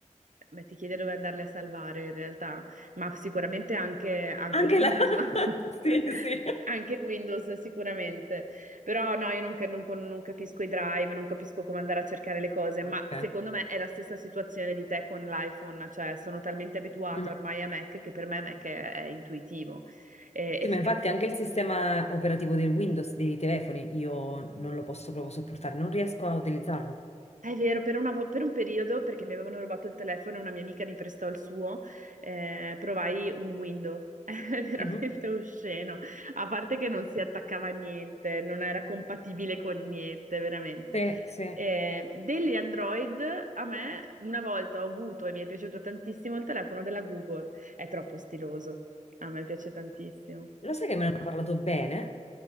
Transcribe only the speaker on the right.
Beh, ti chiede dove andarle a salvare in realtà, ma sicuramente anche, anche
Windows,
<laughs>
anche Windows sicuramente, però no, io non, ca- non con- non capisco i drive, non capisco come andare a cercare le cose, ma
secondo me è la stessa situazione di te con l'iPhone, cioè sono talmente abituato
ormai a Mac che per me Mac è, è intuitivo, E
effettivamente
È vero, per una vo- per un periodo, perché mi avevano rubato il telefono e una mia amica mi prestò il suo, eh, provai un window. <laughs> È veramente
osceno. A parte che non si attaccava a niente, non era compatibile con niente, veramente.
Eh, degli Android, a me una volta ho avuto e mi è piaciuto tantissimo il telefono della Google. È troppo stiloso. A me piace tantissimo.